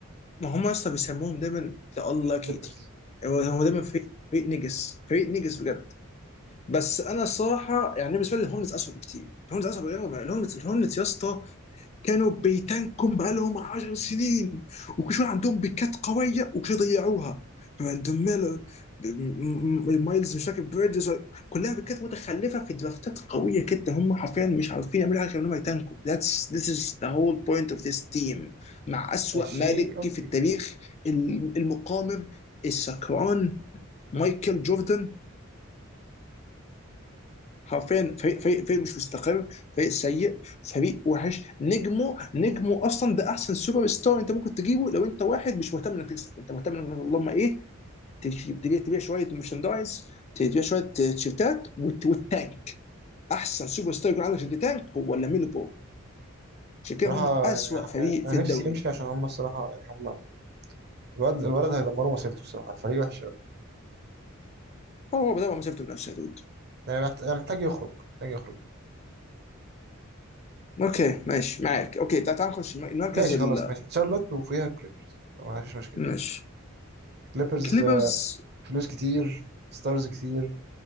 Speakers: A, on the left; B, on the right.
A: ما هم اصلا بيسموهم دايما ذا unlucky
B: كليبرز
A: team يعني هو هو دايما فريق فريق نجس فريق نجس بجد بس انا الصراحه يعني بالنسبه لي الهورنتس اسوء بكتير الهورنتس اسوء بكتير الهورنتس الهورنتس يا اسطى كانوا بيتانكم بقالهم 10 سنين وكل شويه عندهم بيكات قويه وكل شويه ضيعوها براندون ميلر ب- م- م- مايلز مش فاكر بريدجز كلها بيكات متخلفه في درافتات قويه جدا هم حرفيا مش عارفين يعملوا حاجه غير انهم يتانكوا That's this is the whole point of this team مع اسوأ
B: ماشي
A: مالك
B: اوكي
A: في التاريخ الم- المقامر السكران مايكل جوردن حرفيا فريق فريق فريق مش مستقر فريق سيء فريق وحش نجمه نجمه اصلا ده احسن سوبر ستار انت ممكن تجيبه لو انت واحد مش مهتم انك تكسب انت مهتم انك اللهم ايه تجيب- تبيع تبيع شويه مرشندايز تبيع شويه تيشيرتات وت- والتانك احسن سوبر ستار يكون عندك في التانك هو لاميلو بول عشان كده
B: بصراحة
A: هم اسوء
B: يعني
A: فريق
B: أنا
A: في الدوري
B: نفسي يمشي عشان هم الصراحة يعني هم الولد الولد هيدمروا مسيرته الصراحة الفريق وحش أوي
A: هو هو بدأ مسيرته بنفسه يا دود
B: يعني محت- يعني محتاج يخرج محتاج يخرج
A: اوكي ماشي معاك اوكي تع- تعال نخش الم- المركز
B: ماشي
A: ال
B: خلاص ماشي تشارلوت وفيها كليبرز ما فيش مشكلة
A: ماشي
B: كليبرز
A: كليبرز
B: آه، فلوس كتير ستارز كتير